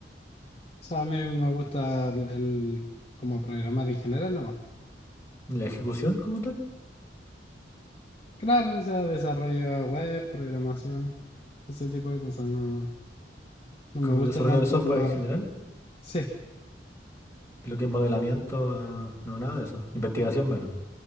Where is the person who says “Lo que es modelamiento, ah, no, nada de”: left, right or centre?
Left